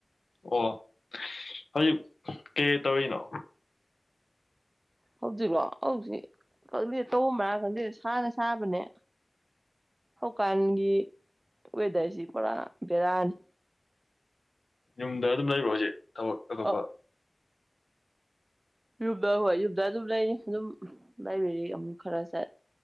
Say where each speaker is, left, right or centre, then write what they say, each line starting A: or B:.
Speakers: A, on the left; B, on the right.
A: ꯑꯣ ꯍꯧꯖꯤꯛ ꯀꯩ ꯀꯩ ꯇꯧꯔꯤꯅꯣ
B: ꯍꯧꯖꯤꯛꯂꯣ ꯍꯧꯖꯤꯛ ꯈꯪꯗꯦ ꯇꯧꯕꯝ ꯃꯔꯥꯡ ꯈꯪꯗꯦ ꯁꯥꯅ ꯁꯥꯕꯅꯦ ꯍꯧꯀꯥꯟꯒꯤ ꯋꯦꯗꯔꯁꯤ ꯄꯨꯔꯥ ꯕꯦꯔꯥꯅꯤ
A: ꯌꯨꯝꯗ ꯑꯗꯨꯝ ꯂꯩꯕ꯭ꯔꯣ ꯍꯧꯖꯤꯛ ꯊꯕꯛ ꯑꯇꯣꯞꯄ
B: ꯑ ꯌꯨꯝꯗ ꯍꯣꯏ ꯌꯨꯝꯗ ꯑꯗꯨꯝ ꯂꯩꯔꯤ ꯑꯗꯨꯝ ꯂꯥꯏꯕ꯭ꯔꯦꯔꯤ ꯑꯃꯨꯛ ꯈꯔ ꯆꯠ